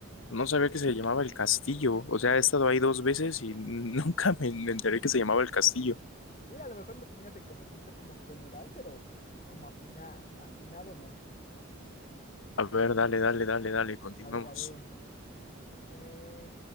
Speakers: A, on the left (about 70°); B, on the left (about 35°).
A: no sabía que se llamaba El Castillo. O sea, he estado ahí dos veces y <laughs> nunca me, me enteré que se llamaba El Castillo.
B: Mira, a lo mejor lo tenías de conocimiento como general, pero como afina, afinado no.
A: A ver, dale, dale, dale, dale, continuemos.
B: A ver, a ver. Eh,